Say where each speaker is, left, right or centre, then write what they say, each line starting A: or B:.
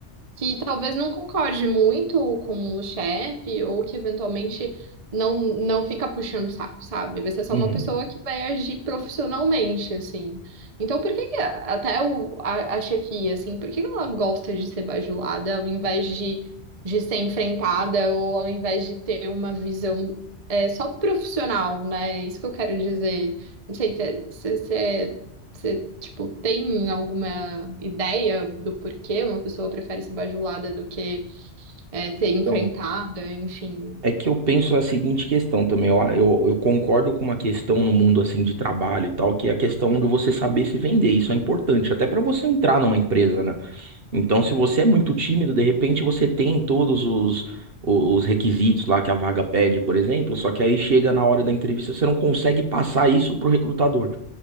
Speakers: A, on the right; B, on the right.
A: que talvez não concorde muito com o chefe ou que eventualmente não não fica puxando o saco, sabe? Vai ser só
B: Uhum.
A: uma pessoa que vai agir profissionalmente, assim. Então, por que que a- até o, a, a chefia, assim, por que que ela gosta de ser bajulada ao invés de, de ser enfrentada ou ao invés de ter uma visão é, só profissional, né? É Isso que eu quero dizer. Não sei se é, você, tipo, tem alguma ideia do porquê uma pessoa prefere ser bajulada do que é, ser
B: Então,
A: enfrentada, enfim.
B: é que eu penso a seguinte questão também. Eu, eu, eu concordo com uma questão no mundo assim de trabalho e tal, que é a questão de você saber se vender. Isso é importante, até para você entrar numa empresa, né? Então, se você é muito tímido, de repente você tem todos os, os requisitos lá que a vaga pede, por exemplo, só que aí chega na hora da entrevista, você não consegue passar isso pro recrutador.